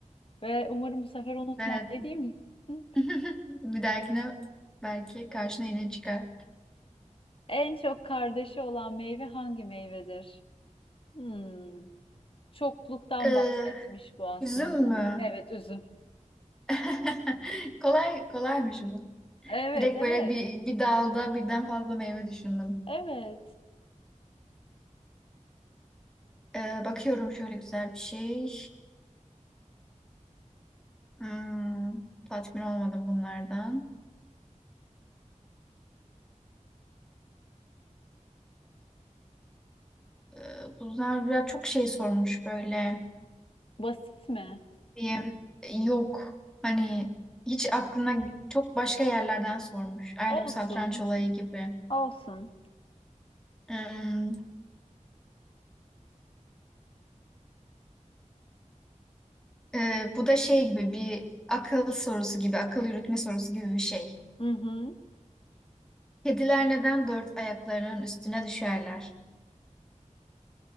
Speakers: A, on the left (about 45°); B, in the centre.
A: ve umarım bu sefer unutmam
B: Evet.
A: ne diyeyim <laughs> Hı?
B: <laughs> Bir dahakine belki karşına yine çıkar.
A: en çok kardeşi olan meyve hangi meyvedir? Hmm, çokluktan
B: Ee,
A: bahsetmiş bu aslında.
B: üzüm mü?
A: Evet üzüm.
B: <laughs> Kolay kolaymış bu.
A: Evet
B: Direkt
A: evet
B: böyle bir, bir dalda birden fazla meyve düşündüm.
A: evet
B: Ee, bakıyorum şöyle güzel bir şey. Hmm, tatmin olmadım bunlardan. e, bu Zerra çok şey sormuş böyle
A: basit mi?
B: diye yok hani hiç aklına çok başka yerlerden sormuş. Aynı
A: Olsun
B: bu satranç olayı gibi.
A: olsun.
B: Hmm, e, bu da şey gibi bir akıl sorusu gibi, akıl yürütme sorusu gibi bir şey.
A: Hı hı.
B: Kediler neden dört ayaklarının üstüne düşerler?